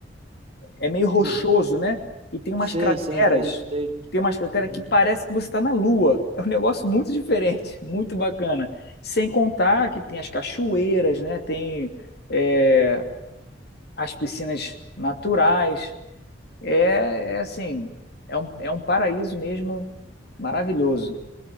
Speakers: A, on the left; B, on the right.
A: é meio rochoso,
B: bu-
A: né? E tem umas
B: Sei,
A: crateras,
B: sei, entendo. Sei.
A: tem umas crateras
B: Uhum.
A: que parece que você está na Lua. É um negócio muito diferente, muito bacana. Sem contar que tem as cachoeiras, né? Tem é, as piscinas naturais. É, é assim, é um, é um paraíso mesmo maravilhoso.